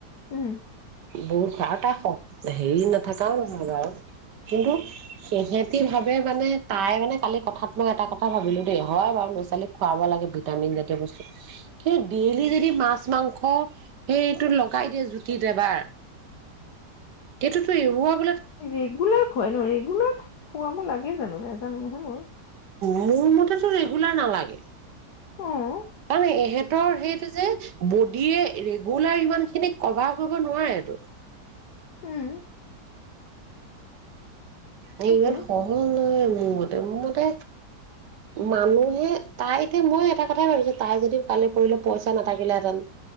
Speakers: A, on the left; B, on the right.
A: উম।
B: বহুত খোৱাই আৰু তাই শক হেৰি নাথাকাও নহয় বাৰু, কিন্তু সিহেতি ভাৱে মানে তাই মানে কালি কথাত মই এটা কথা ভাবিলোঁ দেই, হয় বাৰু ল'ৰা-ছোৱালীক খুৱাব লাগে ভিটামিন জাতীয় বস্তু কিন্তু ডেইলি যদি মাছ-মাংস সেইটো লগাই দিয়ে জুত কেতিয়াবা এইটোতো এৰুৱা
A: ৰেগুলাৰ খোৱাই ন? ৰেগুলাৰ খোৱাব লাগে জানো, নাজানো নহয় মই।
B: মোৰ মতেতো ৰেগুলাৰ নালাগে।
A: অ',
B: আৰু এহেত তৰ হেইটো যে, বডিয়ে ৰেগুলাৰ ইমানখিনি, ক'ভাৰ কৰিব নোৱাৰেটো।
A: উম।
B: এ
A: সেইটোৱে
B: ইমান সহজ নহয়। মোৰ মতে, মোৰ মতে মানুহে তাই এতিয়া মই এটা কথাই ভাবিছো, তাই যদি কালি পৰহিলে পইচা নাথাকিলেহেঁতেন,